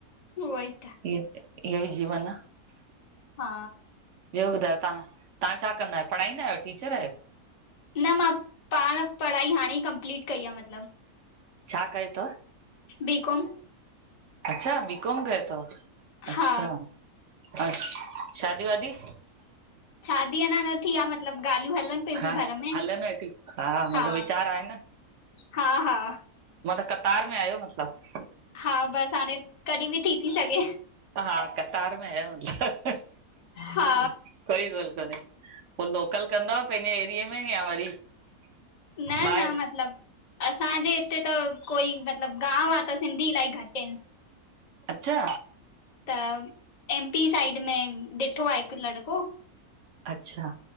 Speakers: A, on the left (about 45°); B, on the right (about 60°).
A: उहो ई त।
B: इहो ई जीवन आ।
A: हा
B: ॿियो ॿुधायो तां, तां छा कंदा आहियो पढ़ाईंदा आहियो टीचर आयो।
A: न मां पाण पढ़ाई हाणे ई कंप्लीट कई आ मतिलबु।
B: छा कयो तव?
A: बी-कॉम।
B: अच्छा बी-कॉम कयो तव,
A: हा
B: अच्छा। अछ शादी वादी
A: शादी अञां न थी आ मतिलबु ॻाल्हियूं हलनि पियूं
B: हा
A: थियूं घर में,
B: हलनि वेठी मतिलबु
A: हा।
B: वीचार आहे
A: हा हा
B: म त कतार में आहियो मतिलबु?
A: हा बसि हाणे कॾी बि थी ती सघे।
B: हा कतार में आया हो मतिलबु।
A: हा
B: कोई ॻाल्हि कोन्हे, पो लोकल कंद पंहिंजे एरिए में या वरी
A: न
B: ॿाहिरि
A: न मतिलबु असांजे हिते त कोई मतिलबु गांव आ, त सिंधी इलाही घटि हिनि
B: अच्छा
A: त एमपी साइड में ॾिठो आ हिकु लड़को।
B: अच्छा